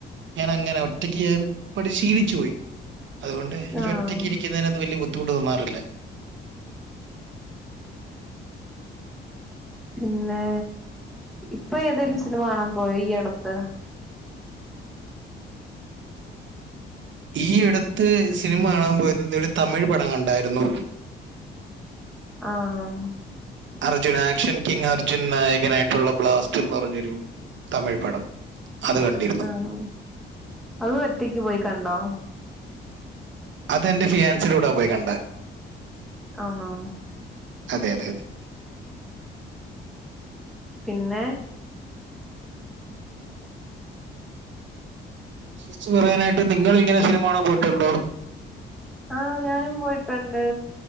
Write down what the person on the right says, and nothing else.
ഞാൻ അങ്ങനെ ഒറ്റയ്ക്ക് ഞാൻ പടിശീലിച്ചു പോയി. അതുകൊണ്ട് എനിക്ക്
ഒറ്റയ്ക്ക് ഇരിക്കുന്നതിന വല്ല്യ ബുദ്ധിമുട്ട് തോന്നാറില്ല
ഈയിടുത്ത് സിനിമ കാണാൻ പോയ <unintelligible> ഒരു തമിഴ് പടം കണ്ടായിരുന്നു
അർജുൻ ആക്ഷൻ കിങ് അർജുൻ നായകനായിട്ടുള്ള ബ്ലാസ്റ്റ് എന്ന പറഞ്ഞൊരു തമിഴ് പടം.
അത് കണ്ടിരുന്നു
അതെന്റെ ഫിയാൻസിടെ കൂടാ പോയി കണ്ട
അതെയതെയതെ.
തിരിച്ചു പറയാനായിട്ട് നിങ്ങൾ ഇങ്ങനെ സിനിമ കാണാൻ പോയിട്ടുണ്ടോ?